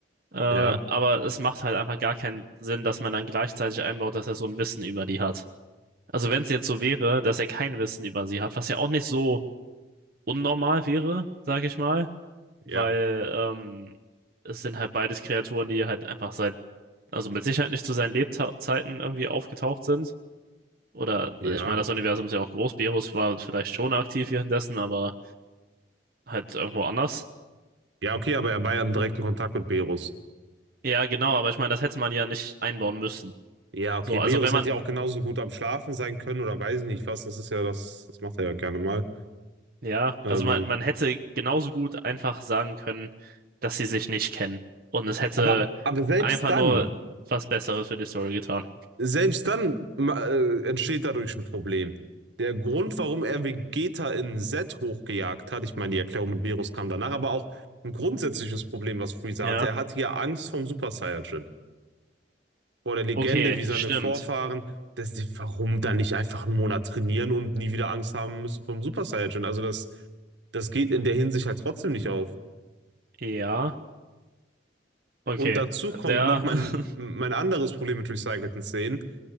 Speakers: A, on the right; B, on the right.
A: äh,
B: ja,
A: aber es macht halt einfach gar keinen Sinn, dass man dann gleichzeitig einbaut, dass er so ein Wissen über die hat. Also wenn es jetzt so wäre, dass er kein Wissen über sie hat, was ja auch nicht so unnormal wäre, sage ich mal, weil
B: ja,
A: ähm, es sind halt beides Kreaturen, die halt einfach seit, also mit Sicherheit nicht zu seinen Lebzeiten irgendwie aufgetaucht sind. Oder
B: ja.
A: äh, ich meine, das Universum ist ja auch groß. Berus war vielleicht schon aktiv währenddessen, aber halt irgendwo anders.
B: Ja, okay, aber er war ja im direkten
A: Und
B: Kontakt mit Berus.
A: ja, genau, aber ich meine, das hätte man ja nicht einbauen müssen.
B: Ja, okay,
A: So, also
B: Berus
A: wenn man,
B: hätte ja auch genauso gut am Schlafen sein können oder weiß ich nicht was. Das ist ja das, das macht er ja gerne mal.
A: ja,
B: Ähm,
A: also man, man hätte genauso gut einfach sagen können, dass sie sich nicht kennen. Und es hätte
B: aber, aber selbst
A: einfach nur
B: dann,
A: was Besseres für die Story getan.
B: Selbst dann äh, entsteht dadurch ein Problem. Der Grund, warum er Vegeta in Z hochgejagt hat, ich meine, die Erklärung mit Beerus kam danach, aber auch ein grundsätzliches Problem, was Freezer
A: Ja.
B: hatte. Er hatte ja Angst vom Super Saiyajin, vor der Legende
A: Okay,
B: wie seine
A: stimmt.
B: Vorfahren. Das, warum dann nicht einfach einen Monat trainieren und nie wieder Angst haben müssen vom Super Saiyajin? Also das, das geht in der Hinsicht halt trotzdem nicht auf.
A: Ja, okay.
B: Und dazu kommt
A: Der,
B: noch mein,
A: <laughs>
B: mein anderes Problem mit recycelten Szenen.